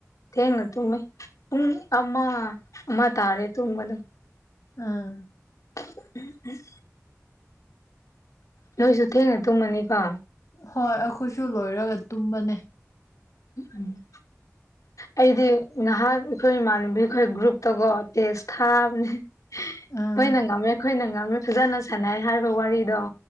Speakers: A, on the left (about 80°); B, on the left (about 70°).
A: ꯊꯦꯡꯅ ꯇꯨꯝꯃꯦ ꯄꯨꯡ ꯑꯃ ꯑꯃ ꯇꯥꯔꯦ ꯇꯨꯝꯕꯗ
B: ꯑꯥ
A: ꯎꯝ ꯎꯝ ꯅꯣꯏꯁꯨ ꯊꯦꯡꯅ ꯇꯨꯝꯃꯅꯤꯀꯣ
B: ꯍꯣꯏ ꯑꯩꯈꯣꯏꯁꯨ ꯂꯣꯏꯔꯒ ꯇꯨꯝꯕꯅꯦ
A: ꯎꯝ ꯑꯩꯗꯤ ꯉꯍꯥꯛ ꯑꯩꯈꯣꯏ ꯏꯃꯥꯟꯅꯕꯤ ꯑꯩꯈꯣꯏ ꯒ꯭ꯔꯨꯞꯇꯒꯣ ꯇꯦꯖ ꯊꯥꯕꯅꯦ ꯑꯩꯈꯣꯏꯅ
B: ꯑꯥ
A: ꯉꯝꯃꯦ ꯑꯩꯈꯣꯏꯅ ꯉꯝꯃꯦ ꯐꯖꯅ ꯁꯥꯟꯅꯩ ꯍꯥꯏꯔꯤꯕ ꯋꯥꯔꯤꯗꯣ